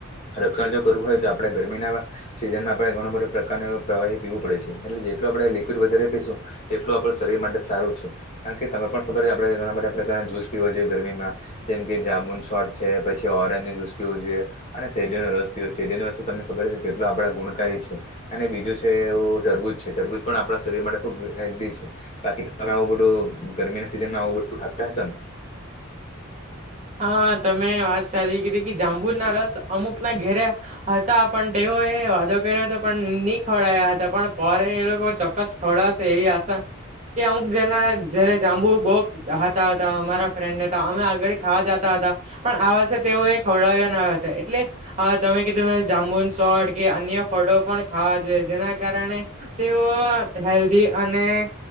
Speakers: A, on the left; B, on the right.
A: રક્ષણ જો કરવું હોય, તો આપડણે ગરમીના સીઝનમાં આપણે ઘણો બધા પ્રકાર પ્રવાહી પીવું પડે છે, એટલે જેટ તો, આપણે વધ પીશુ તેટુ આપ શરીર માટે સારું છે, કારણ કે ત પણ ખબર આપણે ઘણા બધા પ્રકારના જસ પીવા ગરમીમા જેમ કે જાામુન સોફ છે, પછી ઓરેન્જ જ્યુસ પીવુ જોઈએ અને સેડયોનો રસ પીવ રસ્ તમને ખબર કેટલો આપડા ગુણકારી છે, અને બીજું છેું તરબૂજ છે, તરબૂ પણ આપણા શરીર માટે ખુબ હેલ્ધી છે, બાકી તમે આવું બધું ગરમીના સીઝનમાં આવુ બધુ ખાહશેો, ને
B: હા, તમે વાત સાચી કરી કે જાબુર ના રસ અમુકના ઘેર્યા હતા, પણ તેઓ હ, વાદો કર્યો હતો પણ નહી. ખવડયા હતા પણ પર એ લોકો ચોક્કસ ખવડાશે એવી આશા કે અમુક જેના જ જાંબુ બો હતા, હતા અમારા ફ્રેન્ડ ને હતા, અમે આગળ ખાવા જતા હતા, પણ આ વર્ષે તેઓ એ ખવડાવ્યા ના હતા એટલે તમે કીધું જાંબુ. ચોટ કે અન્ય ફળો પણ ખાવા જોઈએ, જેના કારણે તેઓ હેલ્ધી અને